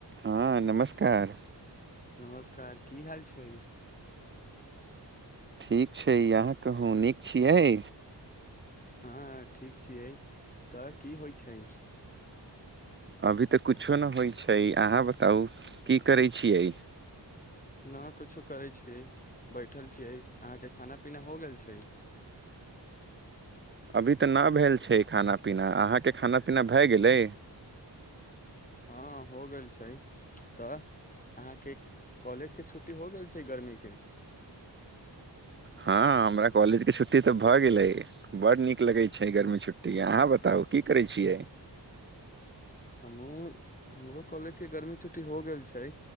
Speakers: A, on the right; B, on the left.
A: हँ नमस्कार
B: नमस्कार की हाल छै
A: ठीक छै अहाँ कहूँ नीक छियै
B: हँ ठीक छियै तऽ की होइ छै
A: अभी तऽ कछो नहि होइ छै अहाँ बताउ की करै छियै
B: नहि किछो करै छियै बैठल छियै अहाँके खाना पीना हो गेल छै
A: अभी तऽ नहि भेल छै खाना पीना अहाँके खाना पीना भए गेलै
B: हँ हो गेल छै तऽ अहाँके कॉलेजके छुट्टी हो गेल छै गर्मीके
A: हँ हमरा कॉलेजके छुट्टी तऽ भऽ गेलै बड्ड नीक लगैत छै गर्मी छुट्टी अहाँ बताउ की करैत छियै
B: हमू हमरो कॉलेज के गर्मी छुट्टी हो गेल छै